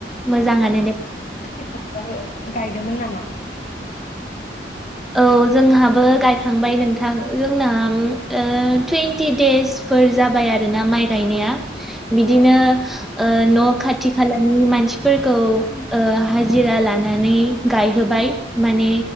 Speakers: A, in the centre; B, on the left.
A: मोजाङानो दे
B: <unintelligible> गायदोंमोन नामा
A: औ जोंहाबो गायखांबाय नोंथां जोंना ओ टुवन्टि देसफोर फोर जाबाय आरोना माइ गायनाय बिदिनो
B: औ
A: ओ न खाथि खालानि मानसिफोरखौ ओ हाजिरा लानानै गायहोबाय मान ने